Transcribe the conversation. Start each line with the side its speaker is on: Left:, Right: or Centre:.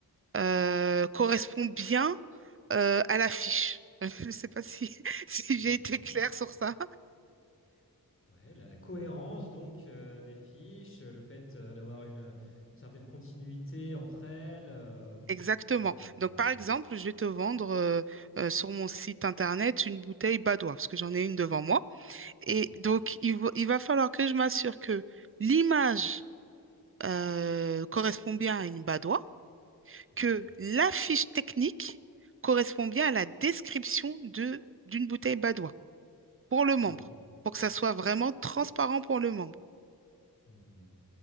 Right: euh, correspond bien euh, à la fiche. <laughs> Je ne sais pas si, <laughs> si j'ai
Left: D'accord.
Right: été claire sur ça.
Left: Ouais, la, la cohérence donc euh, des fiches, euh, le fait euh, d'avoir une, euh, une certaine continuité entre elles, euh,
Right: Exactement.
Left: euh,
Right: Donc,
Left: voilà.
Right: par exemple, je vais te vendre euh, euh, sur mon site internet une bouteille Badoit, parce que j'en ai une devant moi. Et
Left: Oui.
Right: donc, il va, il va falloir que je m'assure que l'image euh, correspond bien à une Badoit,
Left: Mhm.
Right: que la fiche technique correspond bien à la description de, d'une bouteille Badoit pour le membre,
Left: Ah oui.
Right: pour que ça soit vraiment transparent pour le membre.
Left: Mhm.